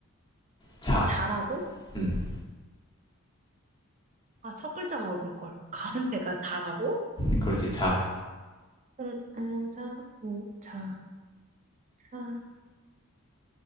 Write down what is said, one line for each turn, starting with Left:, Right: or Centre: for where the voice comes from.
Left: 자.
Right: 잘하고?
Left: 음,
Right: 아, 첫 글자 물어볼 걸. 가운데가 잘하고?
Left: 그렇지, 자.
Right: 응, 응, 자, 오 자, 사.